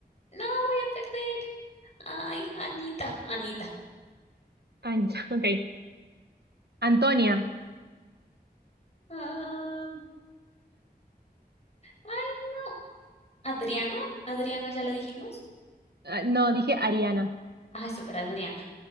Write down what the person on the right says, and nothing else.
Ancha, <laughs> ok, Antonia,
eh, no, dije Ariana,